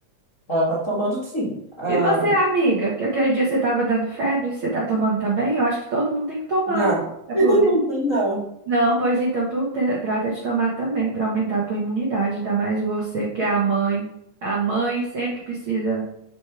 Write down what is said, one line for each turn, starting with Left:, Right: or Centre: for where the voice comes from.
Left: ela tá tomando sim. Ah,
Right: E você,
Left: e-
Right: amiga, que aquele dia você tava dando febre, você tá tomando também? Eu acho que todo mundo tem que tomar
Left: não,
Right: para
Left: <laughs>
Right: poder.
Left: não tá não.
Right: Não, pois então tu te- trata de tomar também para aumentar a tua imunidade, ainda mais você que é a mãe. A mãe sempre precisa,